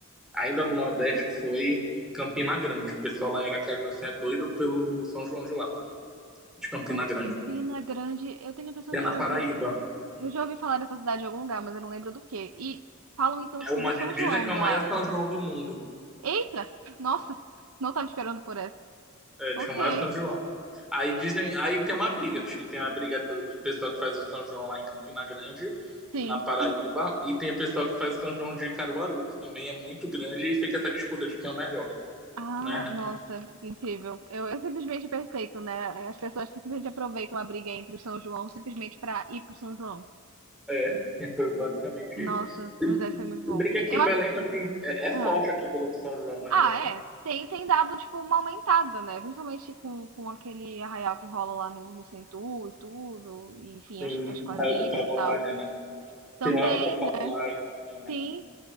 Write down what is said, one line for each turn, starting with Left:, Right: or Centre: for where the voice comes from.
Centre: ainda no Nordeste, foi Campina Grande. O pessoal lá em Aracaju assim, é doido pelo São João de lá, de Campina
Right: Campina
Centre: Grande.
Right: Grande, eu tenho a impressão
Centre: Que
Right: de
Centre: é na
Right: já
Centre: Paraíba.
Right: ouvir, eu já ouvi falar dessa cidade em algum lugar, mas eu não lembro do quê. E falam, então,
Centre: É
Right: tipo,
Centre: uma,
Right: do São
Centre: dizem
Right: João
Centre: que é
Right: de
Centre: o maior
Right: lá.
Centre: São João do mundo.
Right: Eita! Nossa, não tava esperando por essa.
Centre: É, diz
Right: Ok,
Centre: que é o maior São João. Aí dizem, aí tem uma briga, diz que tem a briga do, do pessoal que faz o São João lá em Campina Grande,
Right: sim.
Centre: na Paraíba, e tem o pessoal que faz o São João de Caruaru, que também é muito grande, e fica essa disputa de quem é o melhor,
Right: Ah,
Centre: né?
Right: nossa, que incrível. Eu, eu simplesmente perfeito, né? As pessoas que simplesmente aproveitam a briga entre o São João simplesmente para ir pro São João.
Centre: É, <laughs> basicamente
Right: Nossa,
Centre: isso.
Right: mas deve ser muito
Centre: Tudo
Right: bom.
Centre: bem que aqui
Right: Eu
Centre: em
Right: acho.
Centre: Belém também é, é
Right: Ah,
Centre: forte a cultura do São João, né?
Right: Ah,
Centre: Então
Right: é. Tem, tem dado, tipo, uma aumentada, né? Principalmente com, com aquele arraial que rola lá no, no Centur e tudo. e, enfim,
Centre: tem
Right: as, as
Centre: o
Right: quadrilhas
Centre: Arraial da Pavulagem,
Right: e tal.
Centre: né?
Right: Também,
Centre: Tem o Arraial da Pavulagem também, né?
Right: sim,